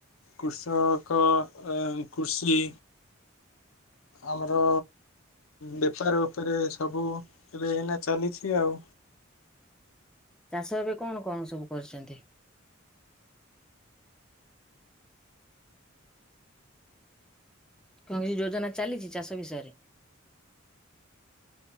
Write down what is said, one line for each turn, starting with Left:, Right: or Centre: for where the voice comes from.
Left: କୃଷକ କୃଷି ଆମର ବେପାର ଉପରେ ସବୁ ଏବେ ଏଇନା ଚାଲିଛି ଆଉ।
Centre: ଚାଷ ଏବେ କଣ କଣ ସବୁ କରିଚନ୍ତି? କଣକିଛି ଯୋଜନା ଚାଲିଛି ଚାଷ ବିଷୟରେ।